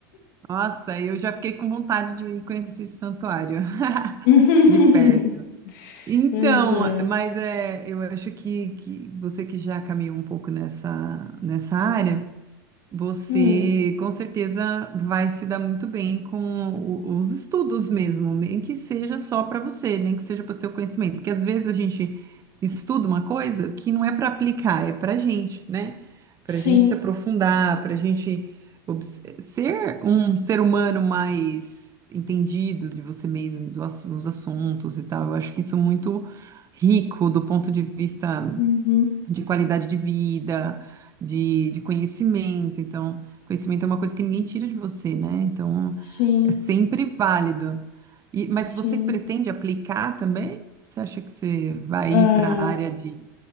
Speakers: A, on the right (about 30°); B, on the left (about 65°).
A: Nossa, eu já fiquei com vontade de ir conhecer esse santuário <laughs>
B: <laughs>
A: de perto. Então,
B: Mas é.
A: mas é, eu acho que, que você que já caminhou um pouco nessa, nessa área. Você
B: Hum.
A: com certeza vai se dar muito bem com o- os estudos mesmo, nem que seja só para você, nem que seja para seu conhecimento, porque às vezes a gente estuda uma coisa que não é para aplicar, é para gente, né? Para
B: Sim,
A: gente se aprofundar, para gente obs- ser um ser humano mais entendido de você mesmo, do ass- dos assuntos e tal. Eu acho que isso é muito rico do ponto de vista
B: uhum,
A: de qualidade de vida, de, de conhecimento. Então, conhecimento é uma coisa que ninguém tira de você, né? Então,
B: sim,
A: é sempre válido. E, mas
B: sim.
A: você pretende aplicar também? Você acha que você vai
B: ah
A: ir para a área de